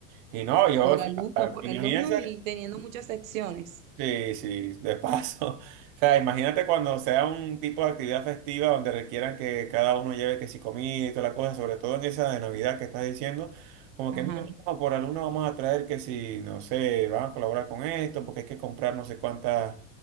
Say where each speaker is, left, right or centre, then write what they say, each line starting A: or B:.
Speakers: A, on the right; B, on the right.
A: Y no, yo,
B: Por
A: o sea,
B: alumno, por
A: imagínense,
B: alumno y teniendo muchas secciones.
A: Sí, sí, de paso. <laughs> O sea, imagínate cuando sea un tipo de actividad festiva donde requieran que cada uno lleve que si comida y toda la cosa, sobre todo en esa de Navidad que estás diciendo, como que
B: Ajá.
A: mira, no, por alumno vamos a traer que si, no sé, van a colaborar con esto, porque hay que comprar no sé cuántas,